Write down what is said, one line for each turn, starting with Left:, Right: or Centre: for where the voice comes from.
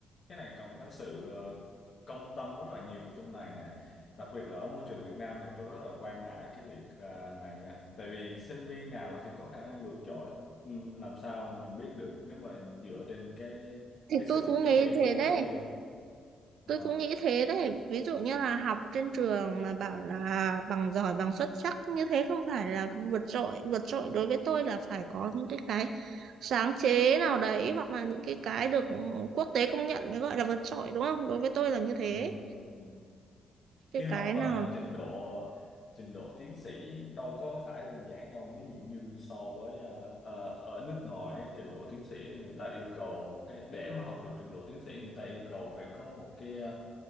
Left: cái này cần phải sự ờ, công tâm rất là nhiều trong này nè đặc biệt là ở môi trường Việt Nam thì tôi rất là quan ngại cái việc ờ, này nha tại vì sinh viên nào thì có khả năng vượt trội ừ, làm sao mà mình biết được nếu mà dựa trên cái
Right: Thì
Left: cái sự
Right: tôi cũng
Left: chấm
Right: nghĩ
Left: điểm
Right: thế
Left: của giáo
Right: đấy.
Left: viên
Right: Tôi
Left: Ờ,
Right: cũng nghĩ thế đấy. Ví dụ như là học trên trường mà bảo là bằng giỏi, bằng xuất sắc như thế không phải là không vượt trội. Vượt trội đối với tôi là phải có những cái cái sáng chế nào đấy hoặc là những cái cái được quốc tế công nhận mới gọi là vượt trội đúng không? Đối với tôi là như thế.
Left: ừ, ừ.
Right: cái
Left: chứ học
Right: cái
Left: ờ,
Right: nào
Left: trình độ trình độ tiến sĩ đâu có phải đơn giản đâu ví dụ như so với ờ, ờ, ở nước ngoài ấy, trình độ tiến sĩ người ta yêu cầu một cái để mà học được trình độ tiến sĩ người ta yêu cầu phải có một cái ờ,